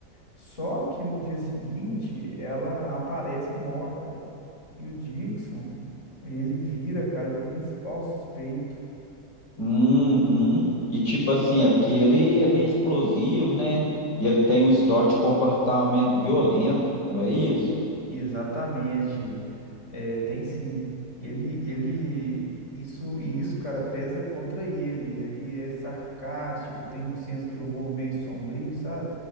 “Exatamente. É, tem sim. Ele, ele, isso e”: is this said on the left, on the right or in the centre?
Left